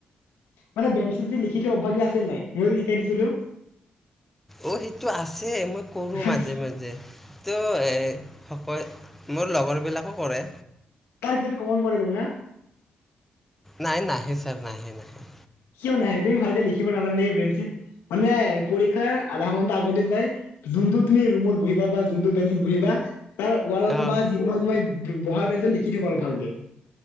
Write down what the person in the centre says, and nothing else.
অ' সেইটো আছে মই কৰোঁ
মাজে মাজে তোএ সকল মোৰ লগৰ বিলাকো কৰে
নাই নাহে ছাৰ নাহে নাহে
অ'